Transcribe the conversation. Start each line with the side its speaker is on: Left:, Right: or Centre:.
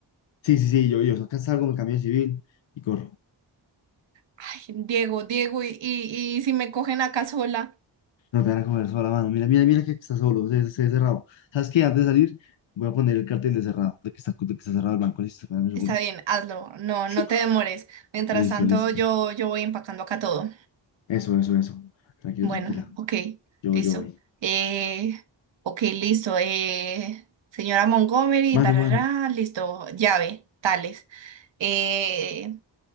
Left: Sí, sí, sí. Yo, yo acá salgo, me cambio de civil y corro.
Right: Ay, Diego, Diego, y, y, y si me cogen acá sola,
Left: No te van a comer sola la mano. Mira, mira, mira que está solo, se, se ve cerrado. ¿Sabes qué? Antes de salir, voy a poner el cartel de cerrado, de que está, de que está cerrado el banco. Listo, espérame un segundo.
Right: está bien, hazlo. No,
Left: Chuc.
Right: no te demores. Mientras
Left: Listo,
Right: tanto,
Left: listo.
Right: yo, yo voy empacando acá todo.
Left: Eso, eso, eso. Tranquilo,
Right: Bueno,
Left: tranquila.
Right: ok,
Left: Yo,
Right: listo.
Left: yo voy.
Right: Eh, ok, listo. Eh, señora Montgomery,
Left: Mano,
Right: tarará,
Left: mano.
Right: listo. Llave, tales. Eh,